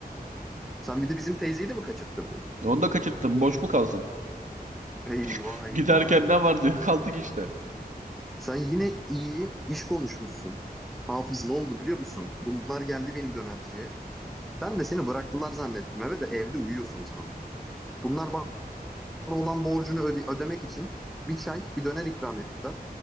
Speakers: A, in the centre; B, on the right (about 50°).
A: Sen bir de bizim teyzeyi de mi kaçırttırdın?
B: Onu da kaçırttım boş mu kalsın?
A: Eyvah
B: <laughs>
A: eyvah.
B: Giderken ne var diyor <laughs> kaldık işte.
A: Sen yine iyi iş konuşmuşsun. Hafız ne oldu biliyor musun? Bunlar geldi benim dönerciye. Ben de seni bıraktılar zannettim eve de evde uyuyorsun sandım. Bunlar bana olan borcunu öde- ödemek için bir çay, bir döner ikram ettiler.